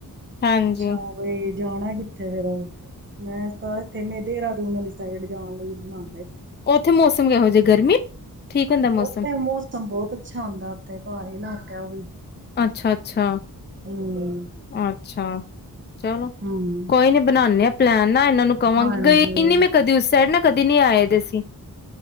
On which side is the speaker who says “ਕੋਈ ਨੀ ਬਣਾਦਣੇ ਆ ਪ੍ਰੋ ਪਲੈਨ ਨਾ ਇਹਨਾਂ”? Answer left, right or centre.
Left